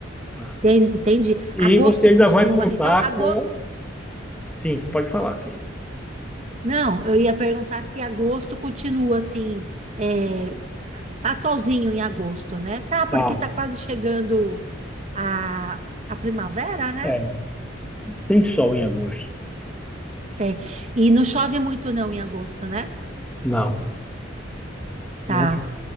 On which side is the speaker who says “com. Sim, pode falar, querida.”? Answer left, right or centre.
Centre